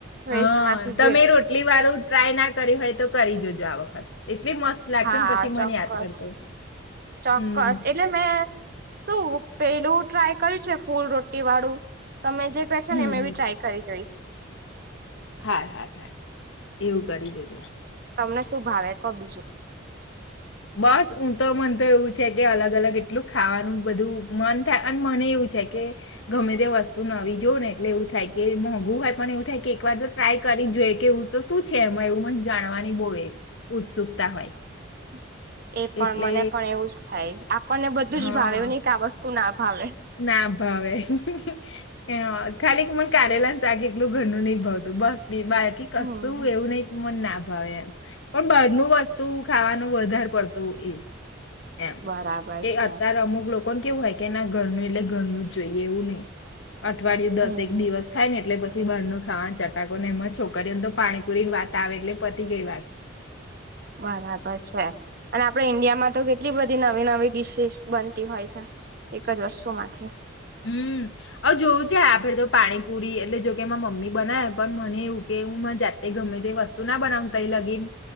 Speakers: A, on the right (about 50°); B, on the left (about 65°).
A: વેસ્ટ
B: હ
A: માંથી
B: તમે
A: બેસ્ટ
B: રોટલી વાળું ટ્રાય ના કરી હોય તો કરી જજો આ વખત. એટલી મસ્ત લાગશે
A: હા
B: ને પછી મને
A: ચોક્કસ,
B: યાદ કરશે
A: ચોક્કસ
B: હમ
A: એટલે મેં શું પેલું ટ્રાય કર્યું છે ફૂલ રોટી વાળું. તમે જે કહે છો
B: હમ
A: ને એમે બી ટ્રાય કરી જોઈશ.
B: હા હા હા એવું કરી જોજે.
A: તમને શું ભાવે કો બીજું?
B: બસ હું તો મન તો એવું છે કે અલગ અલગ એટલું ખાવાનું બધું મન થાય અને મને એવું છે કે ગમે તે વસ્તુ નવી જોઉ ને એટલે એવું થાય કે મોંઘું હોય પણ એવું થાય કે એક વાર તો ટ્રાય કરી જોઈએ કે, એું તો શું છે એમાં એવું મને જાણવાની બહુ એ ઉત્સુકતા હોય.
A: <inaudible> એ પણ
B: એટલે
A: મને પણ એવું જ. થાય. પણને બધું
B: હા
A: જ ભાવે નને આ વ સુ ના ભાવે
B: ના ભાવે. હ ખાલી કે મસ્ કારેલાનું સાક એટલું ઘરનું નહં ભાવતું બસ. બાકી કશું
A: હમ
B: એવું નહિ મને ના અવ એમ, પણ બારનું વસ્તુ ખાવાનું વધારે પડતું એ. એમ,
A: બરાબર
B: કે
A: છે
B: અત્યારે અમુક લોકો કોણ કેવું હોય કે ના ઘરનું એટલે ઘરનું જ જોઈએ એવું નહી. અઠવાડિયું દસ
A: હમ
B: એક દિવસ થાય ને એટલે પછી ભરનું ખાવાનું ચટાકો ને એમાં છોકરીને તો પાણીપુરી ની વાત આવે એટલે પતી ગઈ વાત.
A: બરાબર છે, અને આપડ ઈન્ડિયામાં તો કેટલી બધી નવી નવી ડિશિસ બનતી હોય છે એક જ વસ્તુ માંથી.
B: હમ. હ જોયું છે આપે તો પાણીપુરી એટલે જો કે મમ્મી બનાવે પણ મને એવું કે હુંને જાતે ગમે તે વસ્તુ ના બનાવ ત એ લગીન,